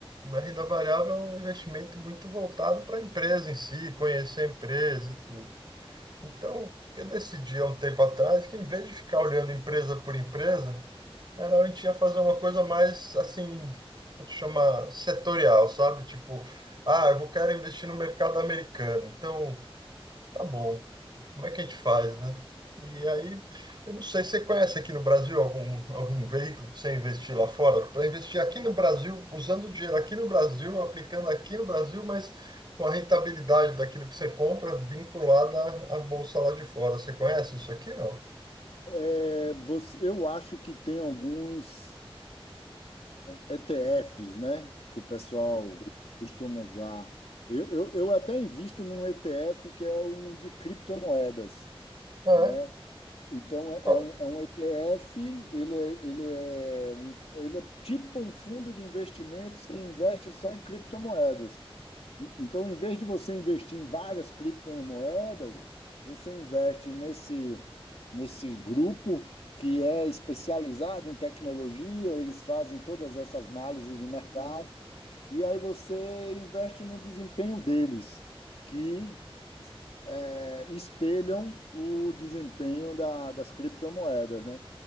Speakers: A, on the right; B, on the left.
A: A renda variável é um investimento muito voltado para a empresa em si, conhecer a empresa e tudo. Então, eu decidi há um tempo atrás que, em vez de ficar olhando empresa por empresa, era a gente ia fazer uma coisa mais, assim, vou te chamar setorial, sabe? Tipo, ah, eu vou quero investir no mercado americano. Então, Tá bom. Como é que a gente faz, né? E aí, eu não sei, você conhece aqui no Brasil algum, algum veículo para você investir lá fora? Para investir aqui no Brasil, usando o dinheiro aqui no Brasil, aplicando aqui no Brasil, mas com a rentabilidade daquilo que você compra vinculada à à bolsa lá de fora. Você conhece isso aqui, não?
B: É, você- eu acho que tem alguns é, ETFs, né? Que o pessoal costuma usar. Eu, eu, eu até invisto num ETF que é um de criptomoedas,
A: Não
B: né?
A: é?
B: Então, é
A: Qual-
B: é um, é um ETF, ele é, ele é, um, ele é tipo um fundo de investimentos que investe só em criptomoedas. E- Então, em vez de você investir em várias criptomoedas, você investe nesse, nesse grupo que é especializado em tecnologia, eles fazem todas essas análises de mercado e aí você investe no desempenho deles, que é, espelham o desempenho da- das criptomoedas, né?